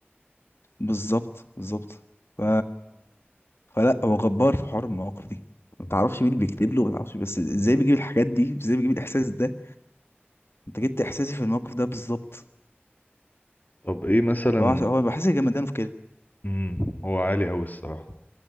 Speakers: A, on the left; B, on the left.
A: بالظبط بالظبط ف... فلا هو جبار في حوار المواقف دي ما
B: مم.
A: تعرفش مين اللي بيكتب له ما تعرفش بس ازاي بيجيب الحاجات دي ازاي بيجيب الاحساس ده انت جبت احساسي في الموقف ده بالظبط
B: طب إيه مثلا
A: فهو عش- هو بحس جمدانه في كده
B: مم. هو عالي أوي الصراحة